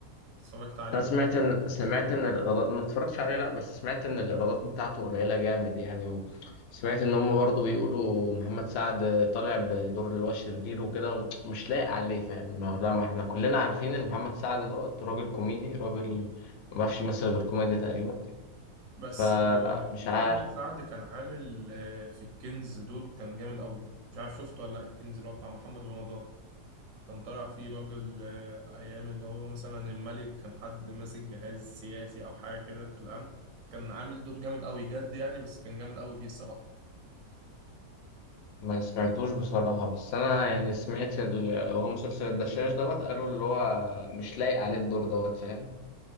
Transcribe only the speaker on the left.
انا سمعت ان سمعت ان الايرادات ما اتفرجتش عليه لا بس سمعت ان الايرادات بتاعته قليله جامد يعني وسمعت ان هم برضو بيقولوا محمد سعد طالع بدور اللي هو شرير وكده ومش لايق عليه فاهم إنه لا ما احنا كلنا عارفين ان محمد سعد دوت راجل كوميدي راجل ما بيعرفش يمثل غير كوميديا تقريبا
فمش
عارف
ما سمعتوش بصراحة بس أنا يعني سمعت ال... هو مسلسل الدشاش دوت قالوا اللي هو مش لايق عليه الدور دوت فاهم